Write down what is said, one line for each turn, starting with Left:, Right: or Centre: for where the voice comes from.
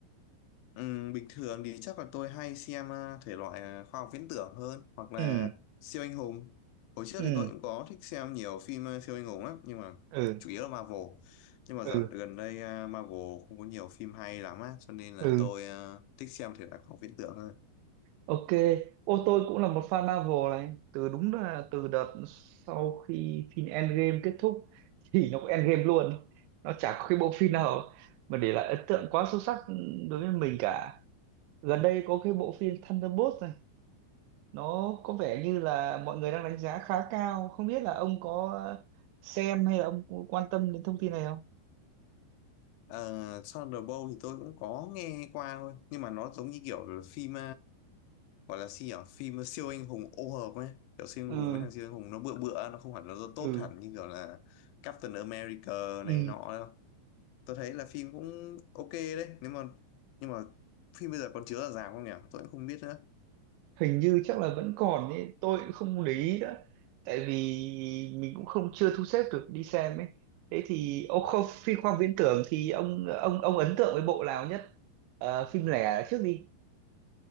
Left: Ừm, bình thường thì chắc là tôi hay xem à, thể loại à, khoa học viễn tưởng hơn hoặc là
Right: ừ
Left: siêu anh hùng. Hồi trước
Right: ừ
Left: thì tôi cũng có thích xem nhiều phim à, siêu anh hùng lắm nhưng mà
Right: ừ
Left: chủ yếu là Marvel. Nhưng mà
Right: ừ
Left: dạo gần đây à, Marvel không có nhiều phim hay lắm á cho nên là
Right: ừ
Left: tôi à, thích xem thể loại khoa học viễn tưởng hơn.
Right: ok ô tôi cũng là một fan Marvel này từ đúng là từ đợt sau khi phim Endgame kết thúc <laughs> thì nó cũng Endgame luôn nó chả có cái bộ phim nào mà để lại ấn tượng quá sâu sắc đối với mình cả gần đây có cái bộ phim Thunderbolts này nó có vẻ như là mọi người đang đánh giá khá cao không biết là ông có xem hay là ông có quan tâm đến thông tin này không
Left: Uh, Thunderbolt thì tôi cũng có nghe qua thôi nhưng mà nó giống như kiểu là phim gọi là gì nhỉ phim siêu anh hùng ô hợp ấy kiểu siêu
Right: ừ
Left: anh hùng mấy thằng siêu anh hùng nó bựa bựa nó không hẳn nó tốt
Right: ừ
Left: hẳn như kiểu là Captain America
Right: ừ
Left: này nọ đâu tôi thấy là phim cũng ok đấy nếu mà nhưng mà phim bây giờ còn chiếu ở rạp không nhỉ tôi cũng không biết nữa
Right: hình như chắc là vẫn còn ấy tôi cũng không để ý đó tại vì mình cũng không chưa thu xếp được đi xem ấy thế thì ông không phim khoa học viễn tưởng thì ông ông ông ấn tượng với bộ nào nhất Ờ, phim lẻ trước đi